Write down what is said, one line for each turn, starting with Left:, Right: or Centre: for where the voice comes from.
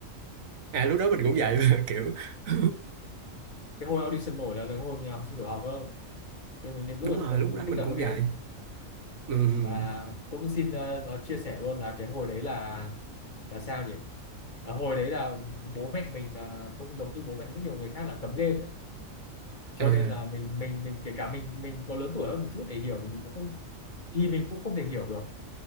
Right: à lúc đó mình
Left: cái
Right: cũng
Left: chuyện
Right: vậy <laughs> kiểu <laughs>
Left: cái hồi audition nổi là cái hồi nhà học sinh tiểu học cơ nhưng mình đến lúc
Right: đúng
Left: ấy
Right: rồi
Left: cũng còn
Right: lúc
Left: không được
Right: đó
Left: tiếp
Right: mình
Left: cận
Right: cũng
Left: vào game
Right: vậy ừ
Left: và cũng xin ờ, nó chia sẻ luôn là cái hồi đấy là là sao nhỉ Ờ, hồi đấy là bố mẹ mình là cũng giống như bố mẹ rất nhiều người khác là cấm game ấy. cho
Right: à
Left: nên là mình mình mình kể cả mình mình có lớn tuổi hơn một chút để hiểu thì mình nó không thì mình cũng không thể hiểu được